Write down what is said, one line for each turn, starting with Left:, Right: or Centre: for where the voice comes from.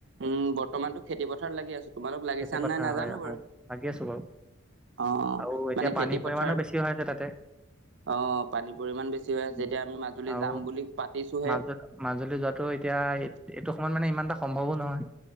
Right: উম বৰ্তমানতো খেতি পথাৰত লাগি আছো তোমালোক লাগিচান
Centre: খেতি পথাৰ
Right: নাই নাজানো
Centre: হয়, হয়
Right: বাৰু
Centre: লাগি আছো বাৰু
Right: অ
Centre: আৰু এতিয়া
Right: মানে খেতি
Centre: পানীৰ পৰিমাণো
Right: পথাৰত
Centre: বেছি হয় আছে তাতে
Right: অ পানীৰ পৰিমাণ বেছি হৈ আছে
Centre: উম,
Right: এতিয়া আমি মাজুলী
Centre: আৰু
Right: যাম বুলি পাতিছোহে
Centre: মাজু মাজুলী যোৱাটো এতিয়া এ এইটো সময়ত মানে ইমান এটা সম্ভৱো নহয়